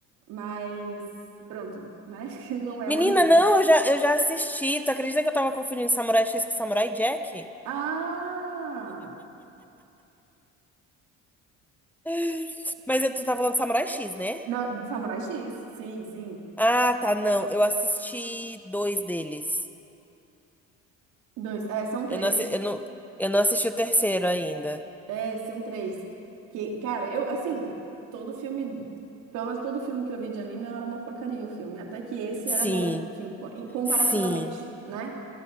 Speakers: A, on the right; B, in the centre.
A: mas pronto, né? <laughs> Que Não é
B: Menina,
A: o anime.
B: não, eu já, eu já assisti. Tu acredita que eu tava confundindo Samurai X com Samurai Jack?
A: Ah!
B: <gasps> Mas eu- tu tá falando Samurai X, né?
A: Não, Samurai X, sim, sim.
B: Ah, tá, não. Eu assisti dois deles.
A: Dois, é, são três.
B: Eu não, assi- eu não, eu não assisti o terceiro ainda.
A: É, são três. Que, cara, eu, assim, todo filme, pelo menos todo filme que eu vi de anime era uma porcaria o filme, até que esse
B: Sim,
A: era bom, assim, co- comparativamente,
B: sim.
A: né?